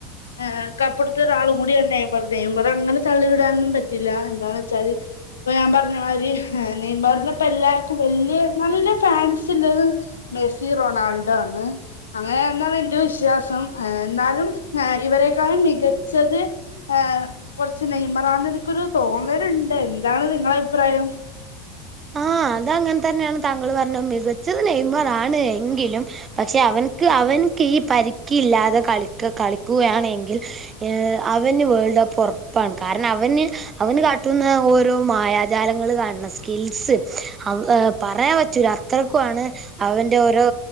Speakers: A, on the left; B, on the right.
A: ഏഹ് കപ്പ്ടുത്ത ഒരാളു കൂടിയാണ് നെയ്മറ് നെയ്മർ അങ്ങനെ തള്ളി വിടാനൊന്നും പറ്റില്ല എന്താന്ന് ച്ചാല് ഇപ്പൊ ഞാൻ പർഞ മായ്രി നെയ്മർണെ പ്പ എല്ലാർക്കും വല്യ നല്ല ഫാൻസ് ല്ലത് മെസ്സി റൊണാൾഡോ ആണ് അങ്ങനെ എന്നാണ് എന്റെ വിശ്വാസം എന്നാലും ഏഹ് ഇവരെക്കാളും മികച്ചത് ഏഹ് കൊർച്ച് നെയ്‌മറാ ന്ന് എനിക്കൊരു തോന്നല്ണ്ട് എന്താണ് നിങ്ങളെ അയിപ്രായം?
B: ആഹ് അതങ്ങൻതന്നെണ് താങ്കൾ പർണത് മികച്ചത് നെയ്മറാണ് എങ്കിലും പക്ഷെ അവൻക്ക് അവൻക്ക് ഈ പരിക്ക് ഇല്ലാതെ കളിക്ക കളിക്കുകയാണെങ്കിൽ ഏഹ് അവന്ന് വേൾഡ് കപ്പ് ഒറപ്പാണ് കാര്ണം അവന്ന് അവന് കാട്ടുന്ന ഓരോ മായ ജാലങ്ങള് കാണം സ്കിൽസ് അള് പറയാ പറ്റൂല്ല അത്രക്കു ആണ് അവന്റെ ഓരോ